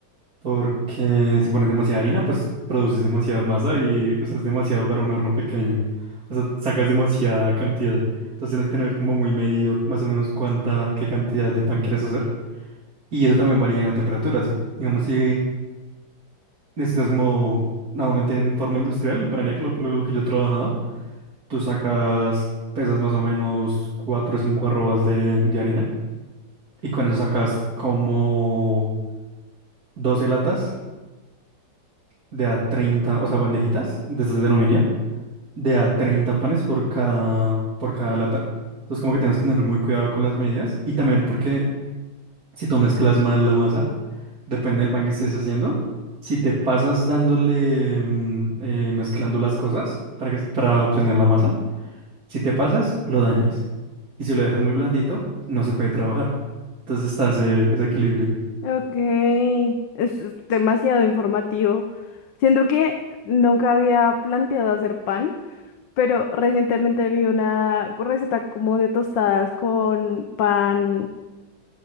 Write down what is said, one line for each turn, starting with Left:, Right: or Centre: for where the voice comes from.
Right: Porque si pones demasiada harina, pues produces demasiada masa y o sea, es demasiado para un horno pequeño. O sea, sacas demasiada cantidad. Entonces tienes que tener como muy medido más o menos cuánta, qué cantidad de pan quieres hacer. Y eso también varía en la temperatura. Si, digamos, si Necesitas como, normalmente en forma industrial, me para que lo, lo- lo que yo he trabajado, tú sacas, pesas más o menos 4 o 5 arrobas de, de harina y con eso sacas como 12 latas de a treinta o sea, bandejitas de estas de aluminio, de a 30 panes por cada, por cada lata. Entonces como que tienes que tener muy cuidado con las medidas y también porque Si tú mezclas mal la masa, depende del pan que estés haciendo. Si te pasas dándole, mm, eh, mezclando las cosas para, que- para obtener la masa, si te pasas, lo dañas. Y si lo dejas muy blandito, no se puede trabajar. Entonces está ese, ese equilibrio.
Left: Ok, es es demasiado informativo. Siento que nunca había planteado hacer pan, pero recientemente vi una receta como de tostadas con pan